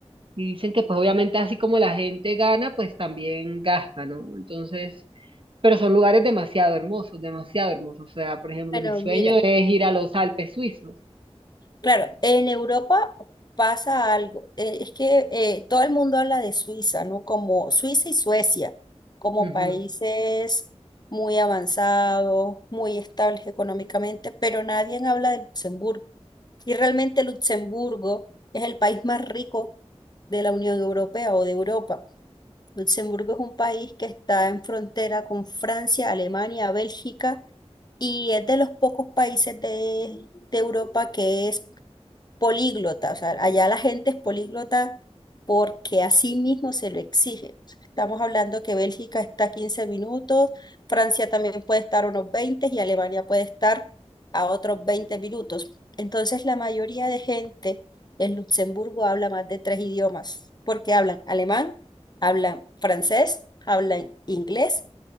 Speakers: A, on the right; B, on the left.
A: Y dicen que pues obviamente así como la gente gana, pues también gasta, ¿no? Entonces, pero son lugares demasiado hermosos, demasiado hermosos. O sea, por ejemplo,
B: Bueno,
A: mi sueño
B: mira.
A: es ir a los Alpes suizos.
B: Claro, en Europa pasa algo. eh, es que eh, todo el mundo habla de Suiza, ¿no? Como Suiza y Suecia, como
A: Ujú,
B: países muy avanzados, muy estables económicamente, pero nadie habla de Luxemburgo. Y realmente Luxemburgo es el país más rico de la Unión Europea o de Europa. Luxemburgo es un país que está en frontera con Francia, Alemania, Bélgica y es de los pocos países de, de Europa que es políglota, o sea, allá la gente es políglota porque a sí mismo se lo exige. O sea, Estamos hablando que Bélgica está 15 minutos, Francia también puede estar unos veinte y Alemania puede estar a otros 20 minutos. Entonces, la mayoría de gente en Luxemburgo habla más de tres idiomas, porque hablan alemán, hablan francés, hablan inglés